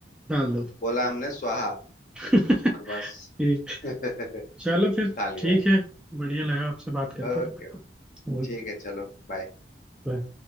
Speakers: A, in the centre; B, on the left (about 45°).
A: डाल दो
B: बोला हमने स्वाहा
A: <laughs>
B: और बस
A: ठीक
B: <laughs> खा
A: चलो फिर
B: लिया
A: ठीक है बढ़िया लगा आपसे बात करके
B: ओके
A: Okay,
B: ठीक है चलो बाय
A: bye